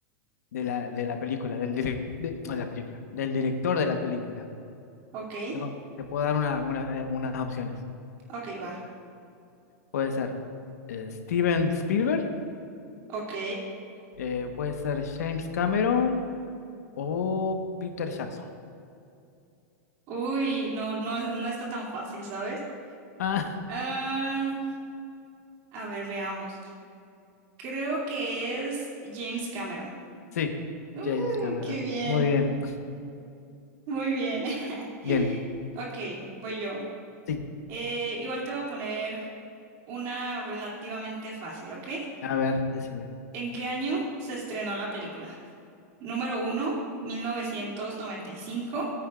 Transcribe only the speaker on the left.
de la, de la película? Del direc- de, no, de la película, del director de la película.
Tengo, te puedo dar una, una- eh, unas opciones.
Puede ser eh, Steven Spielberg,
eh, puede ser James Cameron o Peter Jackson. <laughs>
Ah,
sí,
James Cameron.
Muy bien,
bien.
Sí,
a ver, decime.